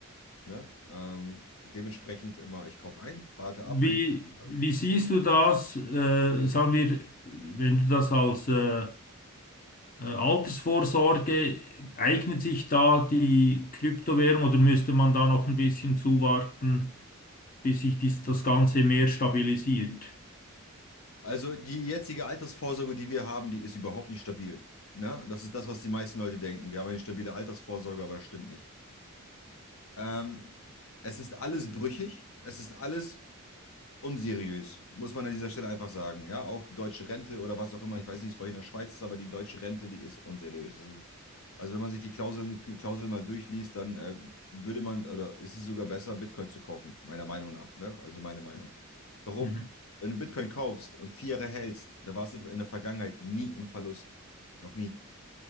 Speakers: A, on the left (about 70°); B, on the left (about 40°).
A: Ne? Ähm, dementsprechend immer, ich kaufe ein, warte
B: Wie,
A: ab, ein, zwei Jahre.
B: wie siehst du das, äh, sagen wir, wenn du das als äh, äh, Altersvorsorge, eignet sich da die Kryptowährung oder müsste man da noch ein bisschen zuwarten, bis sich dies, das Ganze mehr stabilisiert?
A: Also die jetzige Altersvorsorge, die wir haben, die ist überhaupt nicht stabil. Ne? Das ist das, was die meisten Leute denken. Wir haben eine stabile Altersvorsorge, aber das stimmt nicht. Ähm, es ist alles brüchig, es ist alles unseriös, muss man an dieser Stelle einfach sagen. Ja, auch die deutsche Rente oder was auch immer, ich weiß nicht, wie es bei euch in der Schweiz ist, aber die deutsche Rente, die ist unseriös. Das ist, also wenn man sich die Klauseln, Klauseln mal durchliest, dann äh, würde man, oder ist es sogar besser, Bitcoin zu kaufen, meiner Meinung nach. Ne? Also meine Meinung. Warum?
B: Mhm.
A: Wenn du Bitcoin kaufst und vier Jahre hältst, da warst du in der Vergangenheit nie im Verlust. Noch nie.